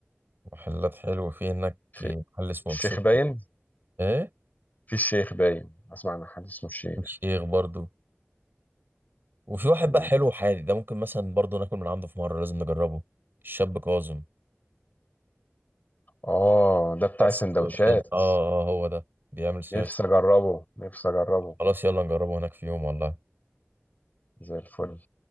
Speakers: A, on the right; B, on the left.
A: محلات حلوة في هناك
B: في
A: محل اسمه
B: الشيخ
A: مكسيك
B: باين
A: ايه
B: في الشيخ باين اسمع عن حد اسمه الشيخ
A: الشيخ برضو وفي واحد
B: تمام
A: بقى حلو وحادي ده ممكن مثلا برضو ناكل من عنده في مرة لازم نجربه الشاب كاظم
B: اه ده بتاع
A: بتاع السندوتشات
B: السندوتشات
A: اه اه هو ده بيعمل سندوتشات
B: نفسي اجربه نفسي اجربه
A: خلاص يلا نجربه هناك في يوم والله
B: زي الفل